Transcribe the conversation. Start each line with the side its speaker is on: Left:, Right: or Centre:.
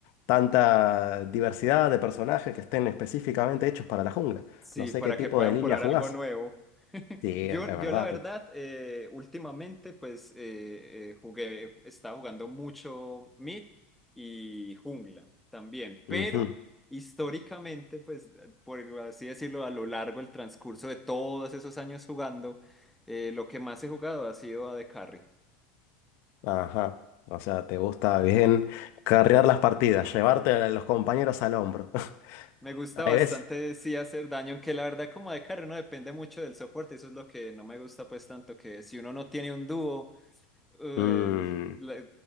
Left: tanta diversidad de personajes que estén específicamente hechos para la jungla.
Centre: Sí,
Left: No sé
Centre: para
Left: qué tipo
Centre: que puedan
Left: de línea
Centre: probar
Left: jugás.
Centre: algo nuevo. <laughs>
Left: Sí,
Centre: Yo,
Left: es verdad.
Centre: yo la verdad, eh, últimamente pues eh, eh, jugué, estaba jugando mucho Mid y Jungla también, pero
Left: Ujú.
Centre: históricamente pues, por así decirlo, a lo largo del transcurso de todos esos años jugando, eh, lo que más he jugado ha sido a de carry.
Left: Ajá. O sea, te gusta bien carrear las partidas, llevarte a los compañeros al hombro. <laughs>
Centre: Me gusta
Left: Ahí
Centre: bastante
Left: ves.
Centre: sí hacer daño, aunque la verdad como de carry no depende mucho del soporte, eso es lo que no me gusta pues tanto, que si uno no tiene un dúo eh,
Left: Mm,
Centre: la-